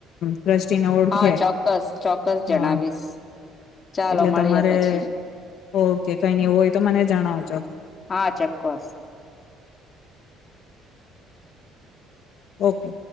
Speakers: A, on the left (about 55°); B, on the left (about 25°).
A: ટ્રસ્ટીને ઓળખે
B: હા ચોક્કસ, ચોક્કસ
A: હા
B: જણાવીશ. ચાલો
A: એટલે
B: મળીએ
A: તમારે
B: પછી.
A: ઓકે કઈ નઈ એવું હોય તો મને જણાવજો.
B: હા ચોક્કસ
A: ઓકે.